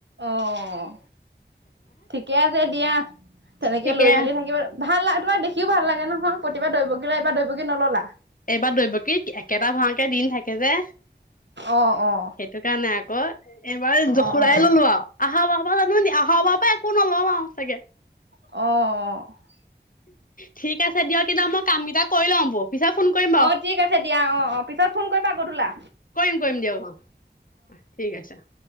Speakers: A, on the right; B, on the left.
A: অ', ঠিকে আছে দিয়া। তেনেকে
B: ঠিকে
A: লৈ মেলি থাকিবা। ভাল লা, তোমাক দেখিও ভাল লাগে নহয়। প্ৰতিবাৰে দৈৱকী লোৱা, এইবাৰ দৈৱকী নল'লা।
B: এইবাৰ দৈৱকী, একেটা ভাৱৰীয়াকে দি নাথাকে যে।
A: অ', অ'।
B: সেইটো কাৰণে আকৌ। এইবাৰ যশোদাই
A: অ', অ',
B: ল'লো আৰু। আহা বাৰ পৰা জানো, আহা বাৰ পৰা একো নলওঁ আৰু চাগে। <inaudible>
A: অ', অ'।
B: ঠিক আছে দিয়ক। এতিয়া মই কাম কেইটা কৰি লওঁ বৌ। পিছত ফোন কৰিম বাৰু
A: অ, ঠিক আছে দিয়া। অ', অ', পিছত ফোন কৰিবা গধূলা।
B: কৰিম, কৰিম দিয়ক অ, অ, ঠিক আছে।